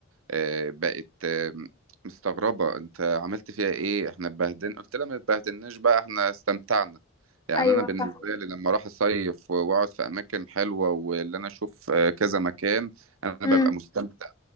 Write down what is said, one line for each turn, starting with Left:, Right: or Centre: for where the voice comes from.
Right: آه، بقت آه، مستغربة انت عملت فيها ايه احنا اتبهدلنا قلت لها ما اتبهدلناش بقى احنا استمتعنا يعني
Left: أيوه
Right: انا بالنسبة
Left: فعلا
Right: لي لما اروح اصيف واقعد في اماكن حلوة واللي انا اشوف آه، كذا مكان انا ببقى
Left: مم.
Right: مستمتع